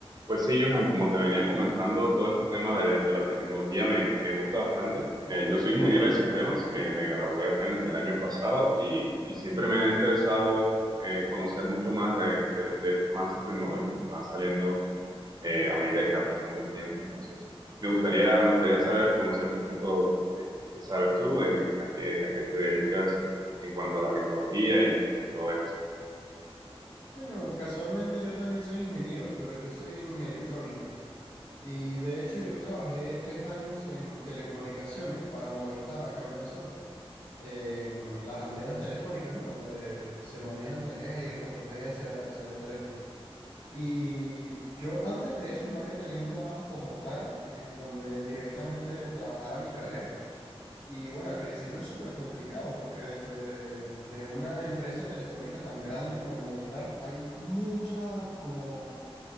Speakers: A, on the right (about 40°); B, on the left (about 85°).
A: Pues sí, Johan, como te venía comentando, todo este tema de, de la tecnología me, me gusta bastante. Eh, yo soy ingeniero de sistemas, me, me gradué apenas el año pasado y, y siempre me ha interesado eh, conocer mucho más de, de, de estos avances tecnológicos que van saliendo eh, a medida que va pasando el tiempo. Entonces, me gustaría, me gustaría saber, conocer un poquito eh, qué sabes tú, de a qué, a qué te dedicas en cuanto a la tecnología y todo esto.
B: Bueno, casualmente yo también soy ingeniero, pero yo soy en electrónica. Y de hecho yo trabajé tres años en telecomunicaciones para Movistar acá en Venezuela, en las antenas telefónicas, ¿no? Donde se maneja el tres g y el cuatro g hacia, hacia los teléfonos. Y yo antes de eso no había tenido un trabajo como tal, en donde directamente trabajara mi carrera. Y bueno, al principio es súper complicado porque dentro de, de una empresa telefónica tan grande como Movistar hay mucha como